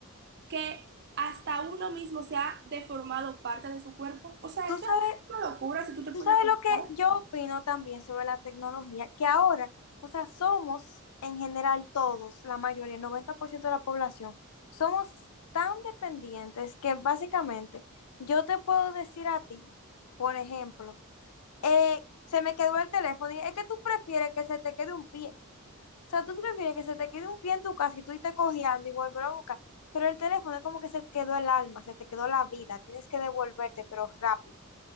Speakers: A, on the right (about 50°); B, on the left (about 80°).
A: que hasta uno mismo se ha deformado parte de su cuerpo. O sea,
B: Tú
A: eso
B: sabes,
A: es una locura si tú te
B: tú
A: pones
B: sabes
A: a pensar.
B: lo que yo opino también sobre la tecnología, que ahora, o sea, somos en general todos, la mayoría, el 90% de la población, somos tan dependientes que básicamente yo te puedo decir a ti, por ejemplo, eh, se me quedó el teléfono y es que tú prefieres que se te quede un pie O sea, tú prefieres que se te quede un pie en tu casa y tú irte cojeando y volver a buscar. Pero el teléfono es como que se te quedó el alma, se te quedó la vida. Tienes que devolverte, pero rápido.